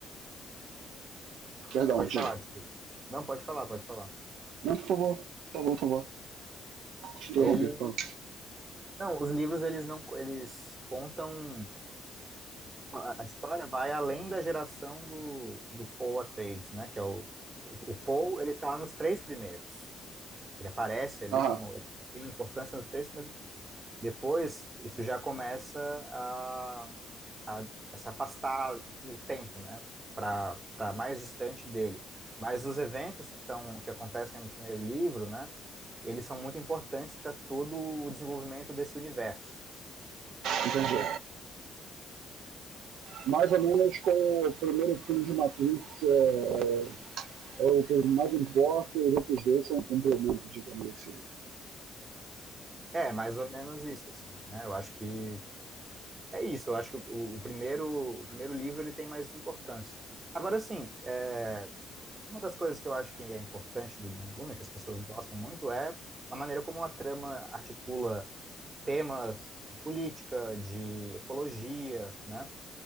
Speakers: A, on the right (about 85°); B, on the right (about 30°).
A: Perdão,
B: Pode
A: diga.
B: falar, desculpa. Não, pode falar, pode falar.
A: Não, por favor, por favor, por favor. Te interrompi,
B: Ele,
A: fala.
B: não, os livros, eles não, eles contam A a história vai além da geração do, do Paul Atreides, né? Que é o, o Paul, ele tá nos três primeiros. Ele aparece ali
A: Ah,
B: como ele tem uma importância nos três primeiros. livros. Depois, isso já começa a, a- a se afastar no tempo, né? Para para mais distante dele. Mas os eventos que estão que acontecem no primeiro livro, né? Eles são muito importantes para todo o desenvolvimento desse universo.
A: entendi. Mais ou menos com o primeiro filme de Matrix, é, é o que eu mais importa, e os outros dois são complementos, digamos assim.
B: É, mais ou menos isso, assim, né? Eu acho que É isso, eu acho que o, o primeiro, o primeiro livro ele tem mais importância. Agora, assim, é, uma das coisas que eu acho que é importante do, de Duna, que as pessoas gostam muito, é a maneira como a trama articula temas de política, de ecologia, né,